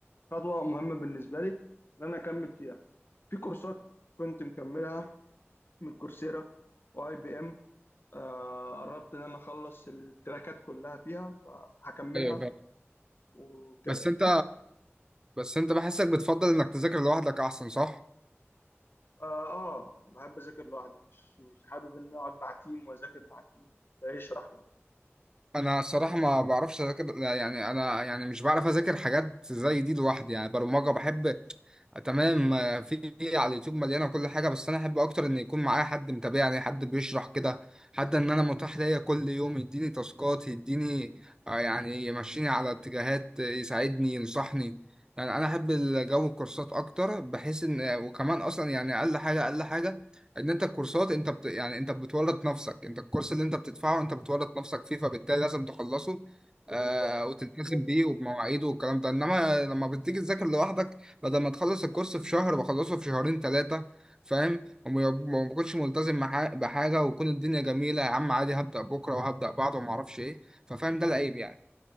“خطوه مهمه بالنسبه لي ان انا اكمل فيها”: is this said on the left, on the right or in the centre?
Left